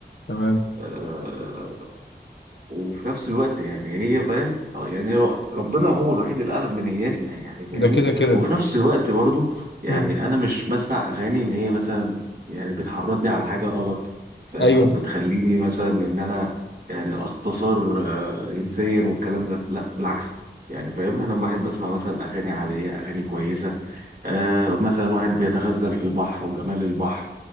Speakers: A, on the left; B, on the right.
A: تمام
B: آه، وفي نفس الوقت يعني هي فاهم آه، يعني ر- ربنا هو الوحيد اللي اعلم بنياتنا يعني فاهمني
A: ده كده كده
B: وفي نفس الوقت برضو يعني
A: مم.
B: انا مش بسمع اغاني ان هي مثلا يعني بتحرضني على حاجه غلط فاهم
A: ايوه
B: او بتخليني مثلا ان انا يعني استثار آه، جنسيا والكلام ده لا بالعكس يعني فاهم انا بحب اسمع مثلا اغاني عاديه اغاني كويسه آه مثلا واحد بيتغزل في البحر وجمال البحر